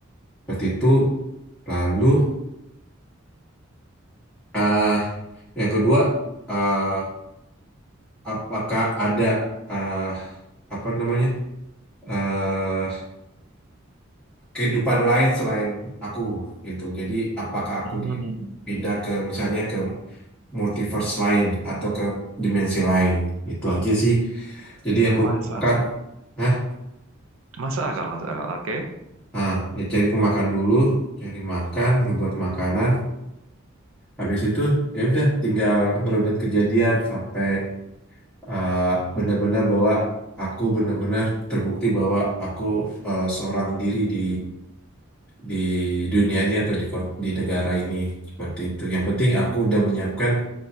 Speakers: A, in the centre; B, on the right.
A: seperti itu. Lalu uh, yang kedua uh, apakah ada uh, apa namanya? eh, kehidupan lain selain aku gitu. Jadi apakah aku
B: Hmm.
A: dipindah ke misalnya ke multiverse lain atau ke dimensi lain. Itu aja sih. Jadi aku
B: Masuk
A: makan, Hah?
B: masuk akal, masuk akal. Oke.
A: ah, ya cari aku makan dulu, cari makan, ngebuat makanan. Habis itu ya udah tinggal ngerunut kejadian sampai eh, benar-benar bahwa aku benar-benar terbukti bahwa aku eh, seorang diri di di dunia ini atau di kot- di negara ini seperti itu. Yang penting aku udah menyiapkan